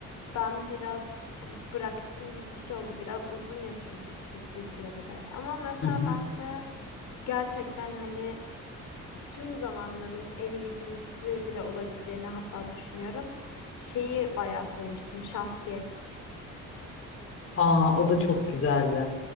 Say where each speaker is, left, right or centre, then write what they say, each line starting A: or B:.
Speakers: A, on the left; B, on the left.
A: ben biraz hani bıraktım gibi bir şey oldu. Biraz uzun ya çünkü Türk dizileri de. Ama mesela
B: Hı hı.
A: ben de gerçekten hani tüm zamanların en iyi dizisi bile olabileceğini hatta düşünüyorum. Şeyi bayağı sevmiştim. Şahsiyet.
B: Aa o da çok güzeldi.